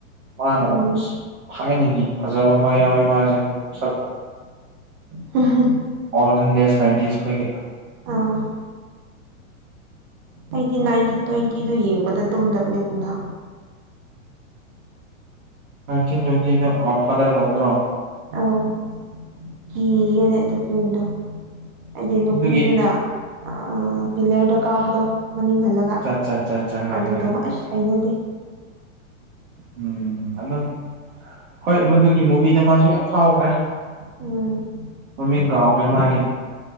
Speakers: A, on the right; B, on the right.
A: ꯃꯥꯅ
B: ꯎꯝ
A: ꯑꯁ ꯊꯥꯏꯅꯒꯤ ꯐꯖꯕ ꯑꯃ ꯌꯥꯎꯋꯦ ꯃꯥꯁꯦ ꯁꯛ
B: ꯍꯥ ꯍꯥ꯫
A: ꯑꯣꯜꯗꯦꯁ ꯅꯥꯏꯟꯇꯤꯁꯈꯣꯏꯒꯤ
B: ꯑꯣ ꯑꯩꯗꯤ ꯅꯥꯏꯇꯤꯟ ꯇ꯭ꯋꯦꯟꯇꯤꯗꯨ ꯌꯦꯡꯕꯗ ꯇꯨꯝꯗꯕꯅꯦ ꯅꯨꯡꯗꯥꯡ
A: ꯅꯥꯏꯇꯤꯟ ꯇ꯭ꯋꯦꯟꯇꯤꯗꯣ ꯑꯋꯥꯔ ꯐꯥꯗꯔ ꯇꯧꯕꯗꯨꯔꯣ
B: ꯑꯧ ꯀꯤꯌꯦꯅꯦ ꯑꯗꯨ ꯐꯤꯂꯝꯗꯣ ꯑꯩꯒꯤ ꯅꯨꯄꯤꯗꯨꯅ
A: ꯑꯗꯨꯒꯤ
B: ꯑꯥ ꯄꯤꯂꯔꯗ ꯀꯥꯕꯗꯣ ꯃꯅꯤꯡ ꯍꯥꯜꯂ ꯒ
A: ꯆꯠ ꯆꯠ ꯆꯠ ꯆꯠ ꯍꯣꯏ
B: ꯑꯗꯨꯗꯣ
A: ꯍꯣꯏ
B: ꯑꯁ ꯍꯩꯅꯗꯦ
A: ꯎꯝ ꯑꯗꯨꯝ ꯍꯣꯏ ꯃꯗꯨꯒꯤ ꯃꯨꯕꯤꯗ ꯃꯥꯁꯨ ꯌꯥꯝ ꯐꯥꯎꯒ꯭ꯔꯦ
B: ꯑꯝ
A: ꯃꯃꯤꯡ ꯀꯥꯎꯒ꯭ꯔꯦ ꯃꯥꯒꯤ